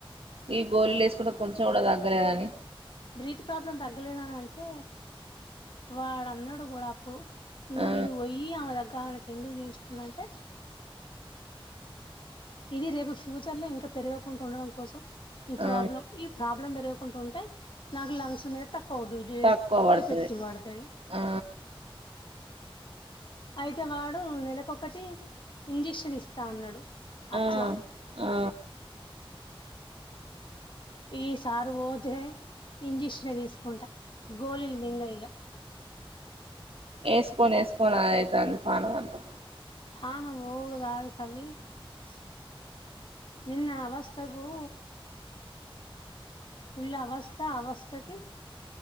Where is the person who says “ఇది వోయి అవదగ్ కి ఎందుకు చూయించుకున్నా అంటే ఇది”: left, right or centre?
Left